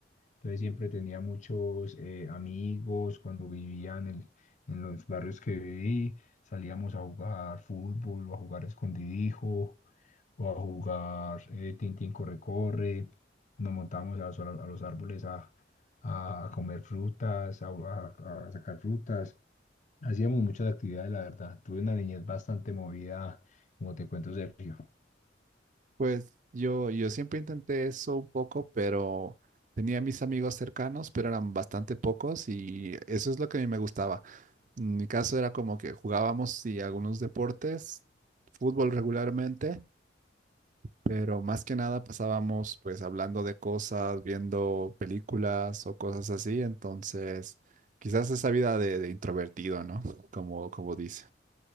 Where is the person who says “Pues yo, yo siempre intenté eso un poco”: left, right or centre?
Right